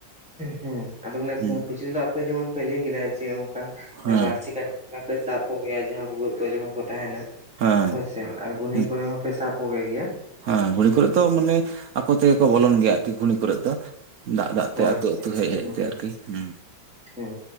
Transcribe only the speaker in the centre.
ᱦᱮᱸ ᱟᱫᱚ ᱢᱟᱱᱮ
ᱠᱩᱪᱞᱟᱹ ᱫᱚ ᱟᱯᱮ ᱡᱮᱢᱚᱱ ᱯᱮ ᱞᱟᱹᱭ ᱠᱮᱫᱟ ᱡᱮ ᱚᱱᱠᱟ
ᱵᱟᱲᱥᱤ ᱠᱟ ᱯᱮ ᱥᱟᱵ ᱠᱚᱜᱮᱭᱟ ᱡᱟᱦᱟᱸ ᱵᱷᱩᱜᱟᱹᱜ ᱠᱚᱨᱮ ᱡᱚᱠᱷᱚᱱ ᱠᱚ ᱛᱟᱦᱮᱱᱟ
ᱦᱳᱭᱥᱮ ᱟᱨ ᱜᱩᱱᱤ
ᱠᱚᱨᱮ ᱦᱚᱸᱯᱮ ᱥᱟᱵ ᱠᱚᱜᱮ ᱜᱮᱭᱟ᱾
ᱦᱳᱭ
ᱦᱮᱸ
ᱦᱮᱸ